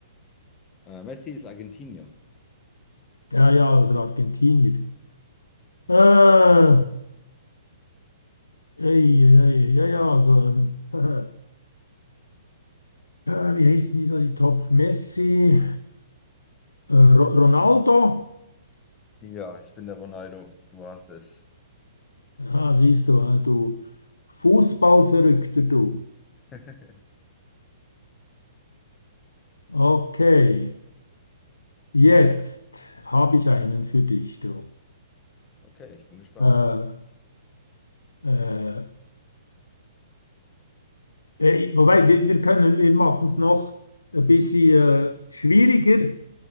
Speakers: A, on the left; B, on the left.
A: äh, Messi ist Argentinier.
B: Ja, ja, oder Argentinier. Äh, ey, ey, ey, ja, ja, also, ähm, <laughs> äh, wie heißen die da, die Top? Messi, äh, Ro- Ronaldo?
A: Ja, ich bin der Ronaldo. Du hast es.
B: Ja, siehst du, äh, du Fußballverrückter, du.
A: <laughs>
B: Okay, jetzt habe ich einen für dich, du.
A: Okay, ich bin gespannt.
B: Äh, äh, eh, wobei, wir, wir können, wir machen es noch ein bisschen äh, schwieriger.